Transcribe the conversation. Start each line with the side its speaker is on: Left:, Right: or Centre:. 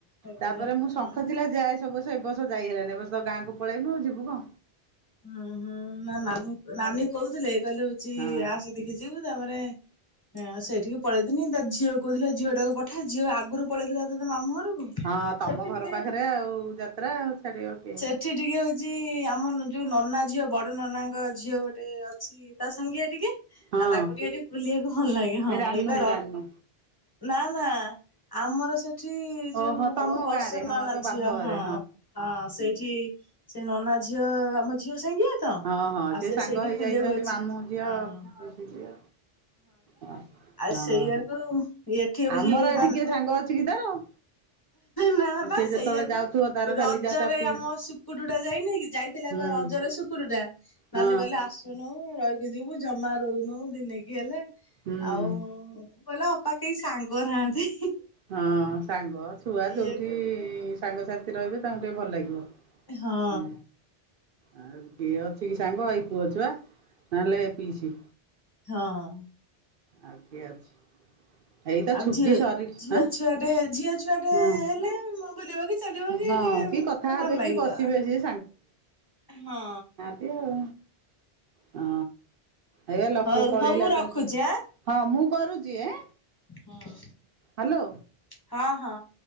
Left: ହଉଥିଲା
Right: ତାପରେ ମୁଁ ଶଙ୍ଖଚିଲ
Left: ହଁ।
Right: ଯାଏ ସବୁ ବର୍ଷ। ଏ ବର୍ଷ ଯାଇ ହୋଲାନି ଏ ବର୍ଷ ତ ଗାଁକୁ ପଳେଇଲୁ ଆଉ ଯିବୁ କଁ।
Left: ହୁଁ ହୁଁ ନା ନାନୀ ନାନୀ କହୁଥିଲେ କହିଲେ ହଉଛି
Right: ହଁ
Left: ଆସେ ଦେଖି ଯିବୁ ତାପରେ। ହଁ ସେଇଠିକି ପଳେଇଥିନି ତା ଝିଅ କହୁଥିଲା ଝିଅ ଟାକୁ ପଠା ଝିଅ ଆଗରୁ ପଳେଇଥିଲା ତ ତା ମାମୁଁ ଘରକୁ।
Right: ହଁ ତମ
Left: ସେଠି
Right: ଘର
Left: ଟିକେ
Right: ପାଖରେ ଆଉ ଯାତ୍ରା ଆଉ ଛାଡିବ କିଏ।
Left: ଚି ଟିକେ ହଉଛି ଆମ। ଯୋଉ ନନା ଝିଅ ବଡ ନନାଙ୍କ ଝିଅ ଗୋଟେ ଅଛି ତା ସାଙ୍ଗିଆ ଟିକେ।
Right: ହଁ
Left: ଆଉ ତାକୁ ଟିକେ ସେଠି ବୁଲିବାକୁ ଭଲ ଲାଗେ ହଁ
Right: ଏ ରାନୁ
Left: ଏଇ ବା ର।
Right: ରାନୁ
Left: ନା ନା ଆମର ସେ। ସେଠି
Right: ଓହୋ
Left: ଯୋଉ
Right: ତମ
Left: ମୋ ପ୍ରସନ
Right: ଗାଁ ରେ ହଁ
Left: ନନା
Right: ତୋ ବାପ
Left: ଝିଅ
Right: ଘରେ
Left: ହଁ ହଁ ସେଇଠି। ସେ ନନା ଝିଅ ଆମ ଝିଅ ସାଙ୍ଗିଆ। ତ
Right: ହଁ ହଁ
Left: ଆଉ
Right: ସେ ସାଙ୍ଗ
Left: ସେଇଠି
Right: ହେଇ
Left: ବୁଲିବାକୁ
Right: ଯାଇଛନ୍ତି
Left: ଅଛି
Right: ମାମୁଁ ଝିଅ
Left: ହଁ
Right: ପିଇସି ଝିଅ। ହଁ
Left: ଆଉ
Right: ହଁ
Left: ସେଇଆକୁ ଏଠି ହଉଛି
Right: ଆମର
Left: ହେଇ
Right: ଏଠିି କିଏ ସାଙ୍ଗ ଅଛି କି ତାର।
Left: ନା ବା
Right: ସିଏ ଯେତେବେଳେ
Left: ସେଇଆକୁ
Right: ଯାଉଥିବ ତାର
Left: ରଜରେ
Right: ଖାଲି ଯା ତା ପିଇସି
Left: ଆମ ଶୁକୁଡ଼ୁ ଟା ଯାଇନି ଯାଇଥିଲା
Right: ହୁଁ
Left: ବା ରଜରେ ଶୁକୁଡୁଟା। ନାନି
Right: ହଁ
Left: କହିଲେ ଆସ ନୁ ରହିକି ଯିବୁ ଜମା ରହୁନୁ ଦିନେକି ହେଲେ
Right: ହୁଁ।
Left: ଆଉ। ଵଲେ ଅପା କେହି ସାଙ୍ଗ ନାହାନ୍ତି।
Right: ହଁ ସାଙ୍ଗ ଛୁଆ
Left: ଇଏ
Right: ଯୋଉଠି
Left: କହୁଥିଲେ
Right: ସାଙ୍ଗସାଥି ରହିବେ ତାଙ୍କୁ ଟିକେ ଭଲ ଲାଗିବ।
Left: ହଁ
Right: ହୁଁ। ଆଉ କିଏ ଅଛି କି ସାଙ୍ଗ ଏଇ ପୁଅ ଛୁଆ ନହେଲେ ପିଇସି।
Left: ହଁ।
Right: ଆ କିଏ ଅଛି। ଏଇତ
Left: ଆଉ
Right: ଛୁଟି
Left: ଝିଅ
Right: ସରି
Left: ଝିଅ
Right: ଆଁ
Left: ଛୁଆଟେ ଝିଅ ଛୁଆଟେ
Right: ହଁ
Left: ହେଲେ ମୋ ବୁଲିବ କି ଚାଲିବ କି
Right: ହଁ
Left: ଟିକେ ଗୋଟେ
Right: କଥା ହେବେ
Left: ଭଲ ଲାଗିବ
Right: କି ବସିବେ ସିଏ
Left: ହଁ।
Right: ସେ ଆଉ ହଁ। ଏ ଲୋକ
Left: ହଉ
Right: ପଳେଇଲା
Left: ହଉ ମୁଁ
Right: <unintelligible>
Left: ରଖୁଛି
Right: ହଁ ମୁଁ କରୁଚି ଏଁ।
Left: ହଁ।
Right: ହାଲୋ।
Left: ହଁ ହଁ।